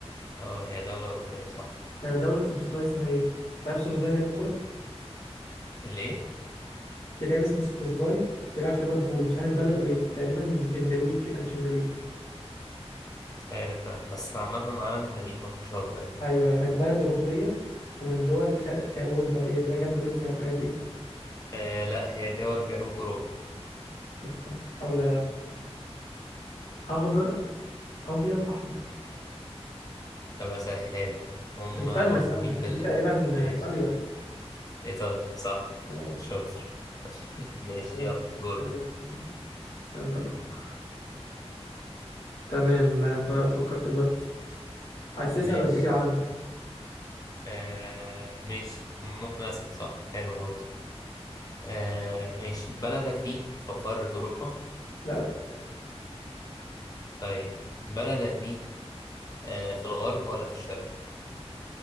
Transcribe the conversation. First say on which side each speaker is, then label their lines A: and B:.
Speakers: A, on the left; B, on the left.
A: اه هي دولة أوروبية صح
B: آه، دولة سوبوزلاي اسمها إيه تعرف سوبوزلاي لاعب الكورة
A: اللي إيه؟
B: في لاعب اسمه سوبوزلاي بيلعب في ليفربول مش عارف بلده إيه تقريبا النرويج لا مش النرويج
A: مش عارف لا بس عامة عالم النرويج ما فيهوش أخضر يعني
B: أيوه أيوه دي بلد أوروبية ومن دول شرق آه، أوروبا ديت اللي هي جنب روسيا والحاجات دي
A: آه لا هي دول جنوب أوروبا
B: طب استنى حاول اخضر ابيض احمر
A: طب أسهلها لك هم
B: طب استنى استنى
A: مشهورين
B: دي
A: بال
B: تقريبا
A: ماشي
B: ايطاليا
A: إيطاليا صح
B: اه
A: شاطر ماشي
B: خلاص
A: يلا دورك
B: آه، استنى طب بفكر تمام ب- فكرت في البلد عايز تسأل
A: ماشي
B: ولا اديك العلم
A: آه ماشي ممكن أسأل صح حلو برضه آه ماشي بلدك دي في قارة أوروبا
B: لا لا
A: طيب بلدك دي آه في الغرب ولا في الشرق؟